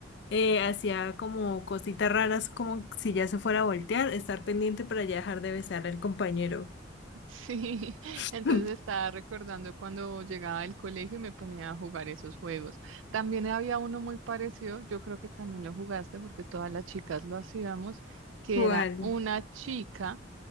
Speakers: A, on the left (about 65°); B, on the right (about 90°).
A: eh, hacía como cositas raras, como si ya se fuera a voltear, estar pendiente para ya dejar de besar al compañero.
B: Sí, <laughs>
A: <laughs>
B: entonces estaba recordando cuando llegaba del colegio y me ponía a jugar esos juegos. También había uno muy parecido, yo creo que también lo jugaste porque todas las chicas lo hacíamos, que
A: ¿Cuál?
B: era una chica